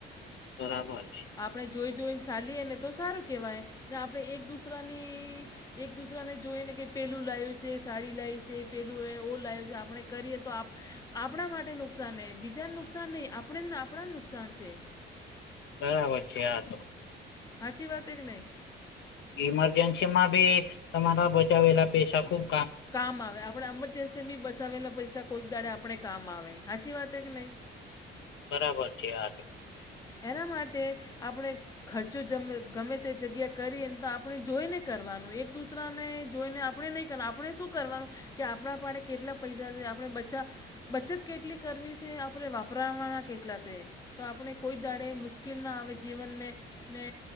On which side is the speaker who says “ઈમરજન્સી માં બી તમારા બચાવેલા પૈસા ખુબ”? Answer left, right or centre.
Left